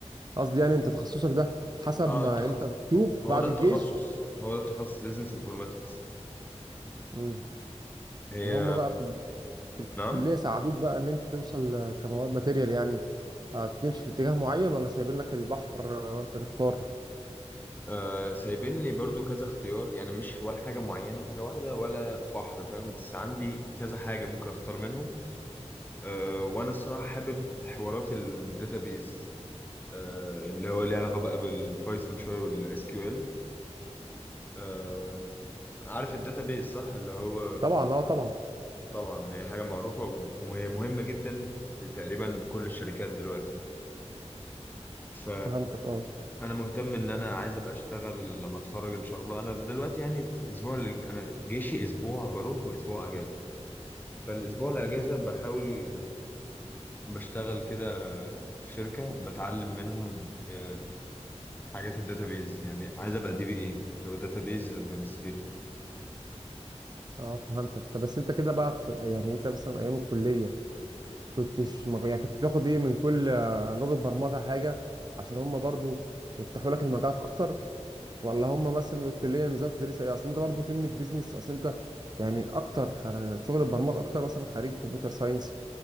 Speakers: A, on the right; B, on the left.
A: قصدي يعني انت تخصصك ده حسب
B: اه
A: ما
B: التخصص
A: انت بتشوف
B: ما
A: بعد
B: هو ده التخصص
A: الجيش
B: هو ده التخصص بيزنس انفورماتكس
A: امم
B: هي
A: وهم بقى في في الكلية
B: نعم
A: ساعدوك بقى إن أنت توصل آه، كمواد ماتيريال يعني هتمشي في اتجاه معين ولا سايبين لك البحر آه، وأنت تختار؟
B: آه سايبين لي برضو كذا اختيار يعني مش ولا حاجة معينة حاجة واحدة ولا بحر فاهم بس عندي كذا حاجة ممكن اختار منهم آه وانا الصراحة حابب حوارات الداتابيز آه اللي هو ليه علاقة بقى بالبايثون شوية والاس كيو ال آه عارف الداتابيز صح اللي هو
A: طبعا أه طبعا
B: طبعا هي حاجة معروفة وهي مهمة جدا في تقريبا كل الشركات دلوقتي ف
A: فهمتك أه
B: انا مهتم ان انا عايز ابقى اشتغل لما اتخرج ان شاء الله انا دلوقتي يعني في اسبوع ال- انا جيشي اسبوع بروح واسبوع اجازه فالاسبوع الاجازه بحاول بشتغل كده في شركه بتعلم منهم آه، حاجات الداتابيز يعني عايز ابقى دي بي اي هو داتابيز ادمنستريتور
A: أه فهمتك طب بس أنت كده بقى في يعني أنت مثلا أيام الكلية كنتش مج- يعني كنت بتاخد إيه من كل آه، لغة برمجة حاجة عشان هما برضو يفتحوا لك المجالات أكتر ولا هم مثلا الكليه نظام تدريس ايه اصل انت برضو كلمه بيزنس اصل انت يعني اكتر خر... شغل البرمجه اكتر مثلا خريج كمبيوتر ساينس